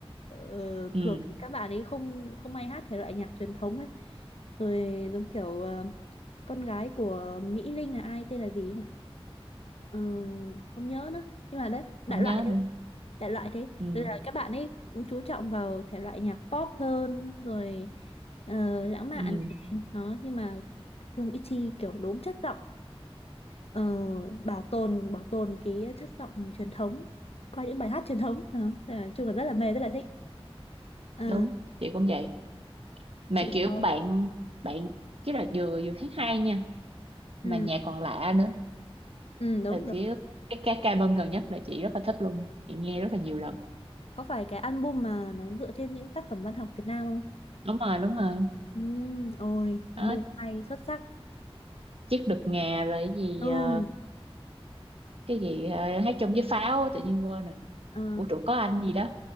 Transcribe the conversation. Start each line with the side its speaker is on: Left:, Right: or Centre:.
Left: Ờ,
Right: ừ
Left: thường thì các bạn ấy không không hay hát thể loại nhạc truyền thống ấy. Rồi giống kiểu ờ, con gái của Mỹ Linh là ai tên là gì ấy nhỉ? Ờ, không nhớ nữa. Nhưng mà đấy, đại
Right: không
Left: loại
Right: nhớ
Left: thế,
Right: nữa
Left: đại loại thế.
Right: ừ
Left: Rồi là các bạn ấy cũng chú trọng vào thể loại nhạc pop hơn rồi ờ, lãng mạn
Right: ừ
Left: này. Đó, nhưng mà Vương ít Chi kiểu đốm chất giọng ờ, bảo tồn bảo tồn cái chất giọng truyền thống qua những bài hát truyền thống Đó. Nên là Nói chung là rất là mê rất là thích Ờ,
Right: đúng chị cũng vậy mà
Left: chị
Right: kiểu
Left: có
Right: bạn bạn chứ là vừa vừa hát hay nha mà
Left: ừ,
Right: nhạc còn lạ nữa
Left: ừ đúng
Right: là
Left: đúng
Right: kiểu cái cái ca bông gần nhất là chị rất là thích luôn chị nghe rất là nhiều lần
Left: có phải cái album mà nó dựa trên những tác phẩm văn học Việt Nam không
Right: đúng rồi đúng rồi
Left: ừ, ôi album
Right: đó,
Left: hay xuất sắc
Right: chiếc đực ngà rồi cái gì
Left: ừ
Right: ờ, cái gì ờ, hát chung với pháo á, tự nhiên quên rồi
Left: Ờ,
Right: vũ trụ có anh gì đó